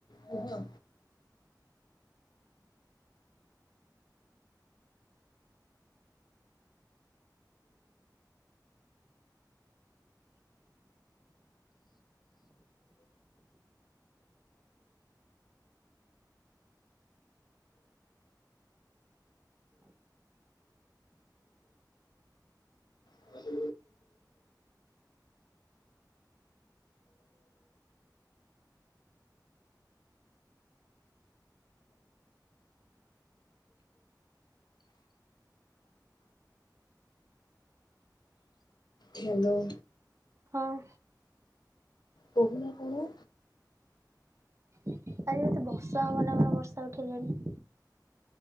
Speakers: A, on the left; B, on the right.
A: କୁହ? Hello hello.
B: ହୋଉ।
A: କହୁନା କଣ?
B: ଆଜି ବୋଧେ ବର୍ଷା ହବ ନା କଣ ବର୍ଷା ଉଠେଇଲାଣି।